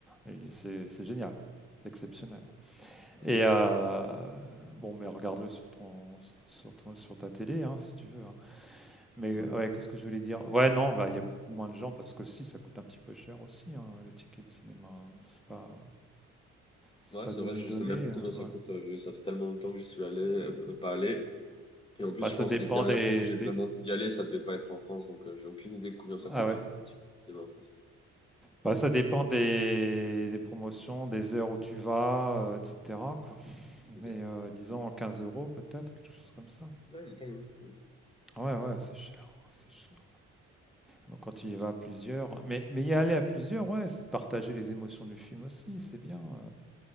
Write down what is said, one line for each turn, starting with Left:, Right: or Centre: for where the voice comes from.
Centre: Et C'est c'est génial, c'est exceptionnel.
Left: Ouais,
Centre: Et euh, bon, mais regarde-le sur ton, sur ton- sur ta télé, hein, si tu veux. hein. Mais
Left: Mm.
Centre: ouais, qu'est-ce que je voulais dire? Ouais, non, bah il y a beaucoup moins de gens parce que si ça coûte un petit peu cher aussi, hein, le ticket de cinéma. hein. C'est pas, c'est
Left: Ouais,
Centre: pas
Left: c'est
Centre: donné
Left: vrai, je
Centre: donné.
Left: sais même plus combien
Centre: hein,
Left: ça
Centre: ouais.
Left: coûte, euh, vu que ça fait tellement longtemps que j'y suis allé, euh,
Centre: Euh,
Left: p- pas allé. Et en plus,
Centre: Bah
Left: je
Centre: ça
Left: pense
Centre: dépend
Left: que les dernières
Centre: des,
Left: fois où j'ai vraiment
Centre: des-
Left: dû y aller, ça devait pas être en France, donc euh, j'ai aucune idée de combien ça
Centre: Ah
Left: coûte
Centre: ouais.
Left: un, un petit cinéma en France.
Centre: Bah ça dépend des, des promotions, des heures où tu vas, euh, etc. quoi.
Left: Ok.
Centre: Mais euh, disons 15 euros peut-être, quelque chose comme ça.
Left: Ouais, mais quand même. Mm.
Centre: Ouais, ouais, c'est cher, c'est cher. Donc quand tu y
Left: Mm.
Centre: vas à plusieurs, mais mais y aller à plusieurs, ouais, c'est de partager les émotions du film aussi, c'est bien. euh.